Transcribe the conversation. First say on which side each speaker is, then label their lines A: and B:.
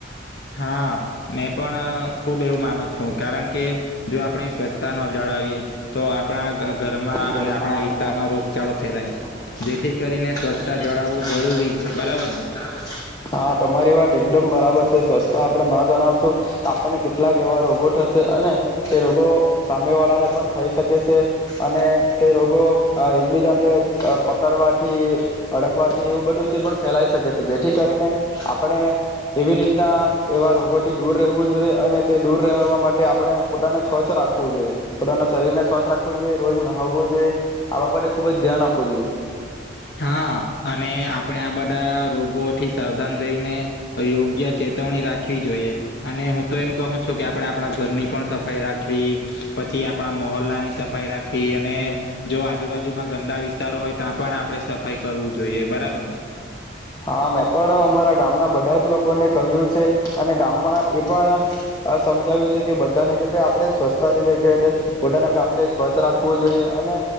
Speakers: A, on the left (about 60°); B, on the left (about 20°).
A: હા, મેં પણ. ખૂબ એવું માનું છું કારણ કે. જો આપણે સ્વચ્છતા નો જળવીએ તો આપણા.
B: ઘરમાં
A: અને આપણા વિસ્તારમાં
B: અને આપણા
A: રોગચાળો
B: વિસ્તારમાં
A: ફેલાય
B: રોગચળો ફેલાઈ,
A: જેથી કરીને
B: જેથી
A: સ્વચ્છતા
B: કરી ને
A: જળાવવું
B: સ્વચ્છતા
A: જરૂરી
B: જરૂરી
A: બરાબર ને
B: છે. બરાબર હા, તમારી વાત. એકદમ બરાબર છે. સ્વસ્તા આપણે ન જણાવશું આપણને કેટલાક એવા રોગો થશે, અને એ રોગો સામે વાળાને પણ થઈ શકે છે. અને તે રોગો એકબીજાને પકડવાથી, અડકવાથી એવું બધુંથી પણ ફેલાઈ શકે છે. જેથી કરીને આપણે એવી રીતના એવા રોગોથી દૂર રહેવું જોઈએ. અને તે દૂર રહેવા માટે આપણે પોતાને સ્વસ્છ રાખવું જોઈએ, પોતાના શરીરને સ્વસ્થ રાખે. ો જોઈએ રોજ ના હોવો જોઈએ આવા માટે ખુબ જ ધ્યાન આપવું જોઈએ <unintelligible>
A: હા, અને આપણે આ બધા રોગો થી સાવધાન રહીને યોગ્ય ચેતવણી રાખવી જોઈએ. અને હું તો એમ કહું છું કે આપડે આપણા ઘરની પણ સફાઈ રાખવી, પછી આપણા મહોલના. સફાઈ રાખી અને જો આજુબાજુમાં ગંદા વિસ્તારો હોય ત્યાં પણ. સફાઈ કરવું જોઈએ બરાબર ને
B: હા, મેં પણ અમારા ગામના. બધા જ લોકોને કહ્યું છે અને ગામમાં એ પણ સમજાવ્યું છે કે બધાને કે ભાઈ આપણે સ્વસ્થ રિલેટેડ બધા ના. ગામને સ્વચ્છ રાખવું જોઈએ. અને